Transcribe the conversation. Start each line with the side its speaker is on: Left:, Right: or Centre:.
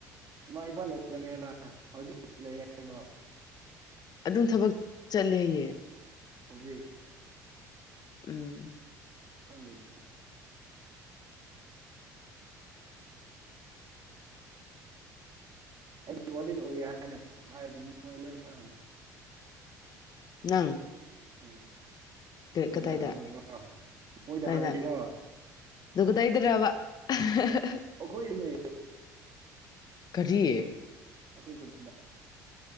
Right: ꯃꯥ ꯏꯝꯐꯥꯜ ꯂꯩꯕꯅꯦꯕ ꯍꯧꯖꯤꯛ ꯂꯩ ꯍꯥꯏꯕ꯭ꯔꯣ
Left: ꯑꯗꯨꯝ ꯊꯕꯛ ꯆꯠꯂꯦ ꯍꯥꯏꯌꯦ
Right: ꯍꯧꯖꯤꯛ
Left: ꯎꯝ
Right: ꯈꯪꯗꯦ ꯑꯗꯨꯗꯤ ꯑꯩꯗꯤ ꯋꯥꯔꯗꯦꯟ ꯑꯣꯏ ꯍꯥꯏꯅ ꯍꯥꯏꯔꯗꯤ ꯃꯣꯏ ꯂꯣꯏ ꯈꯪꯉꯅꯤ
Left: ꯅꯪ
Right: ꯎꯝ ꯃꯣꯏꯗ
Left: ꯀꯗꯥꯏꯗ
Right: ꯍꯥꯡꯉꯗꯤꯀꯣ ꯃꯣꯏꯗ
Left: ꯀꯗꯥꯏꯗ
Right: ꯍꯥꯡꯉꯗꯤꯀꯣ
Left: ꯑꯗꯨ ꯒꯗꯥꯏꯗꯔꯕ <unintelligible>
Right: ꯑꯈꯣꯏꯗꯅꯦ
Left: ꯀꯔꯤ
Right: ꯑꯩꯈꯣꯏ ꯈꯨꯟ